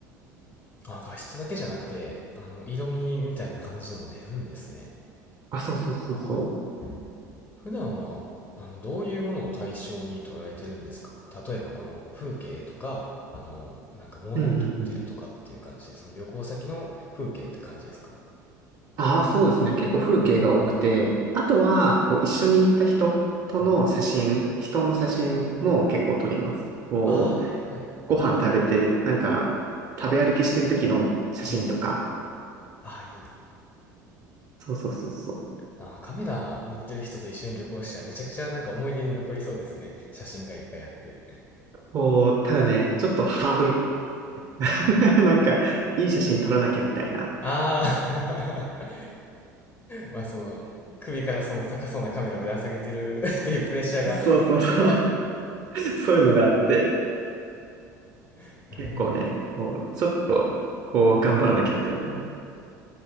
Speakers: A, on the left; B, on the right.
A: あ、画質だけじゃなくて、あの、色味みたいな感じのも出るんですね。
B: あ、そうそうそうそ
A: ああ。普段は、あの、どういうものを対象に捉えてるんですか例えばこの風景とか、あの、なんか物を撮ってるとかっていう感じで、
B: う。うんうんうん。
A: その旅行先の風景って感じですか
B: ああ、そうですね。結構風景が多くて、
A: う
B: あとは、こう一緒に行った人との写真、
A: んうん。
B: 人の写真も結構撮ります。こう、
A: ああ、はい。
B: ご飯食べてる、なんか、食べ歩きしてる時の写真とか。
A: うん。ああ、いいな。
B: そうそうそうそう。
A: ああ、カメラ持ってる人と一緒に旅行したらめちゃくちゃなんか思い出に残りそうですね。写真がいっぱいあって。
B: こう、ただね、ちょっとハードルが <laughs> なんか、いい写真撮らなきゃみたいな。
A: ああ <laughs> まあその、首からその高そうなカメラぶら下げてる <laughs> っていうプレッシャーが
B: そうそうそう。そうそうそう。そういうのがあって、
A: <laughs> なるほど。
B: 結構ね、こう、ちょっと、こう、頑張らなきゃってなります。